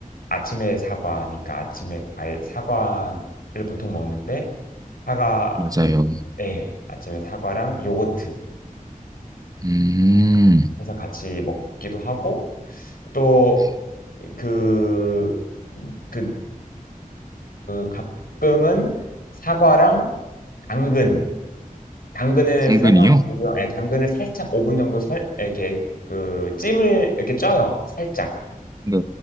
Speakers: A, on the left; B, on the right.
A: 아침에 사과니까 아침에 과일 사과를 보통 먹는데 사과
B: 맞아요.
A: 예, 아침에 사과랑 요거트
B: 음,
A: 해서 같이 먹기도 하고 또그그또그
B: 네.
A: 가끔은 사과랑 당근 당근을
B: 당근이요?
A: 삶아가지고 예, 당근을 살짝 5분 정도 살 이렇게 그 찜을
B: 네.
A: 이렇게 쪄요 살짝
B: 네.